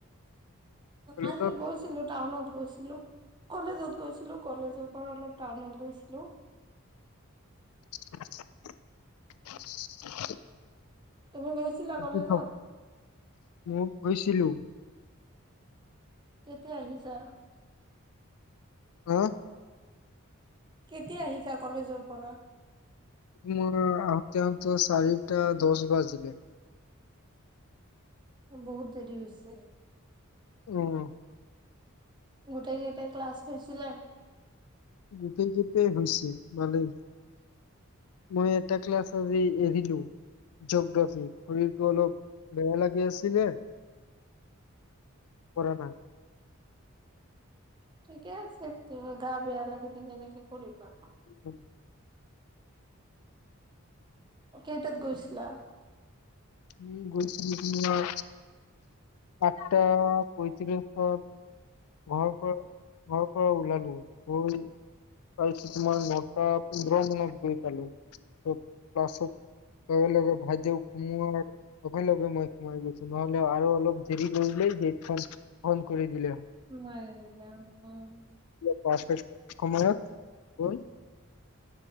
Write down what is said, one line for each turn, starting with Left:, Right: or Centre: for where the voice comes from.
Left: কলেজত
Right: আজি গৈছিলো টাউনত। গৈছিলো কলেজত, গৈছিলো কলেজৰ পৰা অলপ টাউনত গৈছিলো।
Left: <unintelligible>
Right: তুমি গৈছিলা কলেজত?
Left: কি খবৰ? মই গৈছিলো। চিলো।
Right: কেতিয়া আহিছা।
Left: অহ',
Right: কেতিয়া আহিছা কলেজৰ পৰা?
Left: মই আহোঁতে-আহোঁতে চাৰিটা দহ বাজিলে।
Right: বহুত দেৰি হৈছে।
Left: উম।
Right: গোটেই কেইটা ক্লাছ হৈছিলে?
Left: গোটেই-গেইটেই হৈছে, ভালেই মই এটা ক্লাছ আজি এৰিলো, জগ্ৰাফি। শৰীৰটো অলপ বেয়া লাগি আছিলে। কৰা না,
Right: ঠিকে আছে কেতিয়া গা বেয়া লাগিল কেনেকে কৰিবা।
Left: উম।
Right: কেইটাত গৈছিলা?
Left: উম গৈছিলো তোমাৰ আঠটা পঁইত্ৰিশত। ঘৰ পৰা ঘৰৰ পৰা ওলালো, গৈ পাইছো তোমাৰ নটা পোন্ধৰ মানত গৈ পালো। ক্লাছত লগে-লগে ভাইদেউ সোমোৱাৰ লগে লগে মই সোমাই গৈছো। নহ'লে আৰু অলপ দেৰি কৰিলেই গেটখন বন্ধ কৰি দিলে হয়।
Right: সোমাই গৈছিলা অ-অ।
Left: ক্লাছ হৈছে সময়ত গৈ